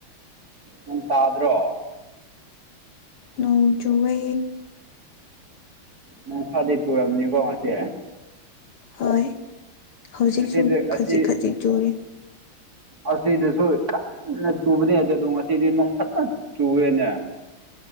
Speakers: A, on the right; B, on the left.
A: ꯅꯪ ꯇꯥꯗ꯭ꯔꯣ
B: ꯅꯣꯡ ꯆꯨꯋꯦ
A: ꯅꯣꯡ ꯈꯔꯗꯤ ꯆꯨꯔꯝꯅꯤꯀꯣ ꯉꯁꯤ
B: ꯍꯣꯏ ꯍꯧꯖꯤꯛꯁꯨ
A: ꯉꯁꯤꯗꯤ ꯉꯁꯤ
B: ꯈꯖꯤꯛ ꯈꯖꯤꯛ ꯆꯨꯔꯤ
A: ꯑꯁꯤꯗꯁꯨ ꯀꯟꯅ ꯆꯨꯕꯅꯤ ꯑꯗꯨꯗꯣ ꯉꯁꯤꯗꯤ ꯅꯣꯡ ꯐꯖꯅ ꯆꯨꯔꯦꯅꯦ